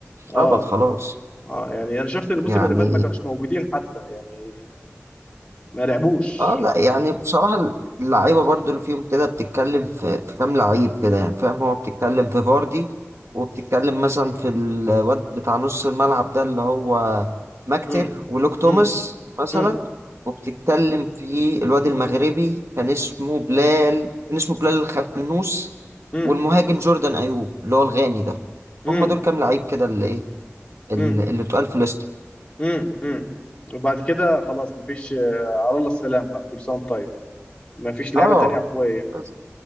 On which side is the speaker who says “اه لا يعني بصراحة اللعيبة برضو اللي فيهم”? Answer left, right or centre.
Right